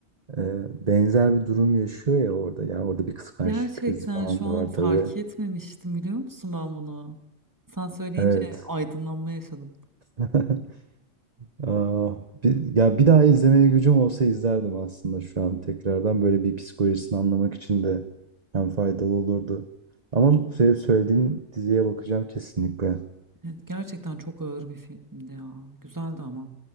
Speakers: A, on the right (about 35°); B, on the right (about 15°).
A: e, benzer bir durum yaşıyor ya orada. Yani orada bir kıskançlık
B: gerçekten
A: krizi falan
B: şu an
A: da var
B: fark
A: tabii.
B: etmemiştim biliyor musun ben bunu? Sen söyleyince
A: Evet.
B: aydınlanma yaşadım.
A: <laughs> Aa, bir, ya bir daha izlemeye gücüm olsa izlerdim aslında şu an tekrardan. Böyle bir psikolojisini anlamak için de hem faydalı olurdu. Ama senin söylediğin diziye bakacağım kesinlikle.
B: Evet, gerçekten çok ağır bir filmdi ya. Güzeldi ama.